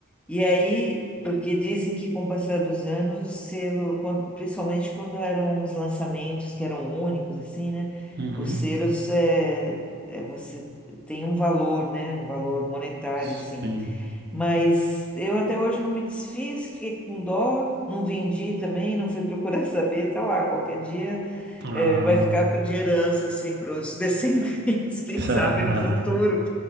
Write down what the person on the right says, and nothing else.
Uhum.
Sim.
Ah.
<laughs>